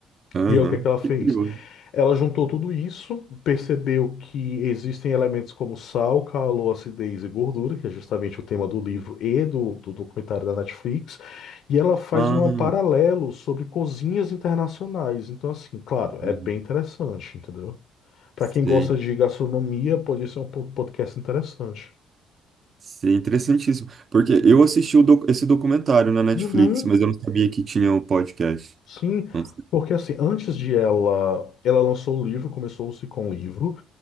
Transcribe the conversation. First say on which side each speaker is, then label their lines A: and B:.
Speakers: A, on the right (about 40°); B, on the left (about 70°).
A: Aham,
B: E aí o que é que ela fez?
A: Que curioso.
B: Ela juntou tudo isso, percebeu que existem elementos como sal, calor, acidez e gordura, que é justamente o tema do livro e do, do documentário da Netflix, e ela faz
A: Ah,
B: um paralelo sobre cozinhas internacionais. Então, assim, claro, é
A: uhum.
B: bem interessante, entendeu? Para
A: sei,
B: quem gosta de gastronomia, pode ser um po- podcast interessante.
A: sei, interessantíssimo. Porque eu assisti o doc- esse documentário na Netflix,
B: Uhum.
A: mas eu não sabia que tinha o podcast.
B: Sim,
A: Não sei.
B: porque assim, antes de ela, ela lançou o livro, começou-se com o livro.